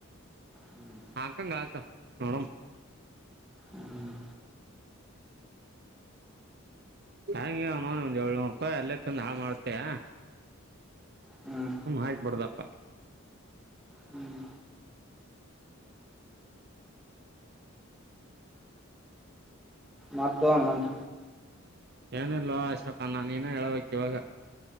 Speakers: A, in the centre; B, on the right (about 50°).
A: ಹ್ಮ್
B: ಹಾಕಂಗ ಹಕ ನೋಡಮ.
A: ಹ್ಮ್.
B: ಹಂಗೆ ಅವ ನೋ ಒಂದ್ ಏಳ್ನೂರು ರೂಪಾಯಿ ಅಲ್ಲೇ ತಿಂದು ಹಾಳ ಮಾಡ್ತೇಯಾ.
A: ಹ್ಮ್
B: ಹ್ಮ ಆಯ್ತು ಬಡ್ದಪ್ಪಾ.
A: ಹ್ಮ್. ಮತ ಅನುಮಂತ.
B: ಏನಲ್ವಾ ಅಶೋಕನ್ನ ನೀನ ಹೇಳ್ಬೇಕಕ್ ಇವಾಗ.